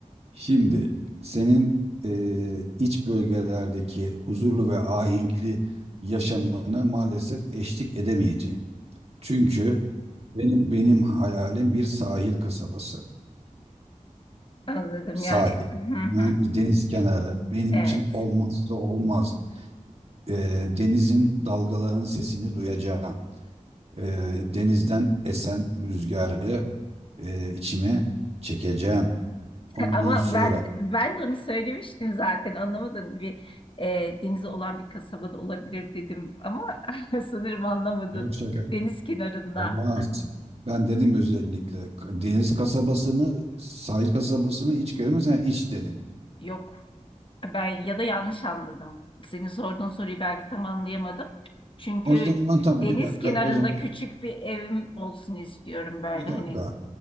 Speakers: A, on the right; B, on the left.
A: Şimdi senin eee, iç bölgelerdeki huzurlu ve ahenkli yaşamına maalesef eşlik edemeyeceğim. Çünkü benim benim hayalim bir sahil kasabası.
B: Anladım
A: Sahil.
B: yani. Hı hı.
A: Yani deniz kenarı. Benim
B: Evet.
A: için olmazsa olmaz. Eee, denizin dalgalarının sesini duyacağım. Eee, denizden esen rüzgarı eee, içime çekeceğim.
B: <laughs>
A: Ondan
B: Ama
A: sonra
B: ben ben de onu söylemiştim zaten anlamadın bir e, denize olan bir kasabada olabilir dedim ama <laughs> sanırım anlamadın.
A: Yok şaka.
B: Deniz kenarında
A: Olmaz. Ben dedim özellikle deniz kasabası mı, sahil kasabası mı, iç köy mü? Sen iç dedin.
B: yok Ben ya da yanlış anladım. Senin sorduğun soruyu belki tam anlayamadım. Çünkü
A: O zaman tamam
B: deniz
A: bir dakika,
B: kenarında
A: o zaman
B: küçük bir evim olsun istiyorum böyle
A: bir dakika.
B: hani.